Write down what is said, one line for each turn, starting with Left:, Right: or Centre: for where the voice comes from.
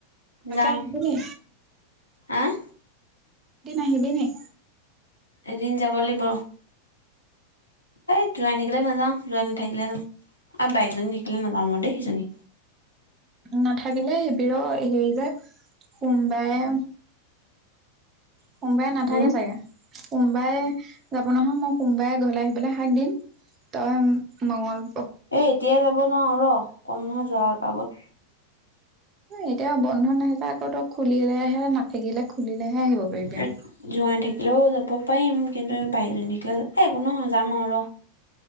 Right: তাকমনি।
Left: যাম আহ
Right: দ নাহিবি নি।
Left: এদিন যাব লাগিব। এই জোৱাই থাকিলে নাযাওঁ জোৱাই নাথাকিলে যাওঁ আৰু বাইকজনী থখিলে নাযাওঁ দেই সেইজনী
Right: নাথাকিলে শিবিৰো হেৰি যে সোমবাৰে। সোমবাৰই নাথাকে
Left: উম
Right: চাগে সোমবাৰে যাব নহয় মই সোমবাৰে ঘৰলে আহিবলৈ হাক দিম। তই মঙংগল
Left: এ এতিয় যাব নোৱাৰো ৰ', কম নহয় যোৱা আগত।
Right: এতিয়া বন্ধন ন আহিছো আকৌ তোক খুলিলেহে নাথাকিলে খুলিলেহে আহিব পাৰিবি
Left: জোৱাই
Right: আৰু।
Left: থাকিলেও যাব পাৰিম কিন্তু এই বাইকজন দেখিলে এই একো নহয় যাম আৰু ৰ'।